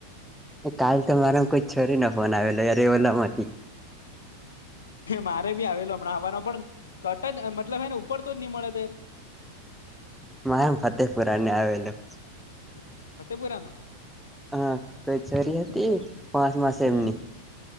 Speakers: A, in the centre; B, on the left.
A: કાલ તો મારા કોઈ છોરી ના ફોન આવેલો ય ઓલમ હતી
B: મારે બી આવેલો હમણાં હવાનો પણ કટ જ મતલબ હને ઉપર તો જ નહી મળે તયાર
A: મા એમ ફતેહપુરા ને આવેલું
B: હ ફતેહપુરા ન
A: હા કોઈ છોરી
B: હા હ
A: હતી
B: બર
A: પાંચમા સેમની
B: હા